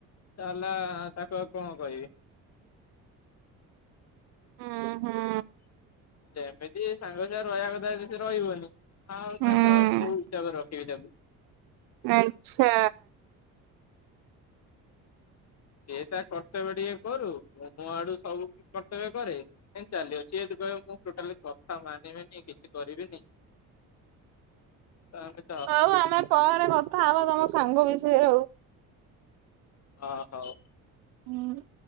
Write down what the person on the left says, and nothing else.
ତାହେଲେ ତାକୁ ଆଉ କଣ କହିବି।
ଯେମିତି ସାଙ୍ଗ ହିସାବରେ ରହିବା କଥା ସେ ରହିବନି। ହଁ ଆଉ
ତାଠୁ ଆଉ କୋଉ ହିସାବରେ ରଖିବି ତାକୁ।
ସେ ତା କର୍ତ୍ତବ୍ୟ ଟିକେ କରୁ ମୁ ମଁ ଆଡୁ ସବୁ କି କର୍ତ୍ତବ୍ୟ କରେ। ସେ ଜଦି କହିବ ମୁଁ ଟୋଟାଲି କଥା ମାନିବିନି କିଛି କରିବିନି। ତା
ହଁ ହଉ।